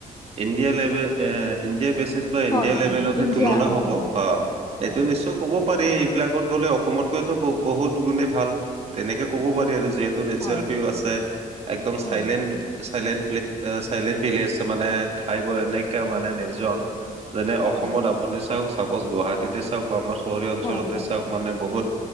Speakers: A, on the right; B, on the left.
A: ইণ্ডিয়া লেভেল এ। ইণ্ডিয়া বেচিছ বা ইণ্ডিয়া
B: হয় হয়
A: লেভেলতহে
B: হয় ইণ্ডিয়া
A: তুলনা
B: অঁ
A: হ'ব
B: হয়
A: অ',
B: হয়
A: এইটো
B: হয়
A: নিশ্চয়। ক'ব পাৰি, সেইবিলাকত গ'লে অসমতকৈতো ব বহুত গুণেই ভাল তেনেকে ক'ব পাৰি আৰু যিহেতু টো নেচাৰেল
B: হয় হয়
A: পিউ আছে।
B: হয়
A: একদম
B: হয়
A: চাইলেণ্ট,
B: হয় হয়
A: চাইলেণ্ট, চাইলেণ্ট ভিলেজ মানে ঠাই বোৰ এনেকুৱা মানে নিৰ্জন। যেনে
B: হয়
A: অসমত
B: হয়
A: আপুনি চাওক, চাপজ গুৱাহাটীতে চাওক বা আমাৰ চহৰীয়া অঞ্চলতে
B: হয় হয় হয়
A: চাওক
B: হয়
A: মানে
B: হয়
A: বহুত